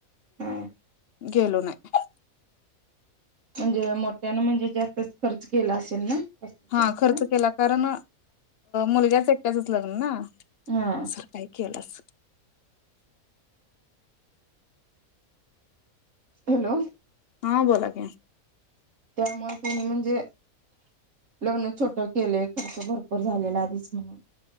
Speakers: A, on the right; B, on the left.
A: हा
B: गेलो नाही
A: म्हणजे मोठ्यान म्हणजे जास्तच खर्च केला असेल ना वस्तूक
B: हा
A: संतीला?
B: खर्च केला कारण मुलग्याच एकट्याच लग्न ना
A: हा
B: सकाळी केलास
A: हॅलो
B: हा बोला की
A: त्यामुळे त्यांनी म्हणजे लग्न छोट केले खर्च भरपूर झालेला आधीच म्हणून